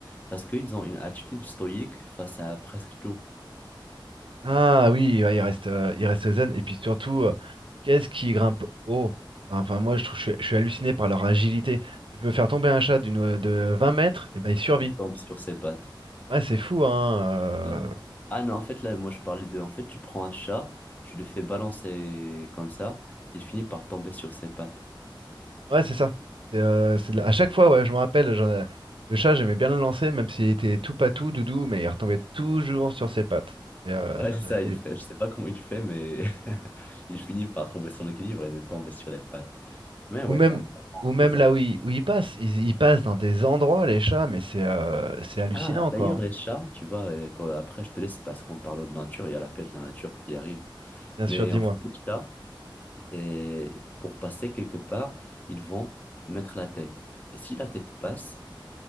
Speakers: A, on the left (about 20°); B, on the right (about 80°).
A: Parce qu'ils ont une attitude stoïque face à presque tout.
B: Ah oui, ouais, il reste, euh, il reste zen. Et puis surtout, euh, qu'est-ce qui grimpe haut? Enfin, moi, je trouve, je suis, je suis halluciné par leur agilité. Tu peux faire tomber un chat d'une, de 20 mètres, et ben il survit.
A: Ils tombent sur ses pattes.
B: Ouais, c'est fou, hein. euh,
A: Ouais. Ah non, en fait, là, moi, je parlais de... En fait, tu prends un chat, tu le fais balancer comme ça, il finit par tomber sur ses pattes.
B: Ouais, c'est ça. C'est, euh, c'est de la- À chaque fois, ouais, je me rappelle, j'en ai- le chat, j'aimais bien le lancer, même s'il était tout patou, doudou, mais il retombait toujours sur ses pattes. C'est euh,
A: Ouais,
B: c'est
A: c'est
B: de
A: ça,
B: la folie.
A: il fait... Je sais pas comment il fait, mais <laughs> il finit par trouver son équilibre et de tomber sur les pattes. Mais ouais,
B: Ou même,
A: c'est intéressant,
B: ou même
A: les
B: là
A: animaux.
B: où ils, où ils passent. Ils, ils passent dans des endroits, les chats, mais c'est euh, c'est hallucinant,
A: Ah, d'ailleurs,
B: quoi. hein.
A: les chats, tu vois, euh, quand- après, je te laisse parce qu'on parle de nature, il y a l'appel de la nature qui arrive.
B: Bien
A: Mais
B: sûr, dis-moi.
A: en fait, les chats, et pour passer quelque part, ils vont mettre la tête. Et si la tête passe,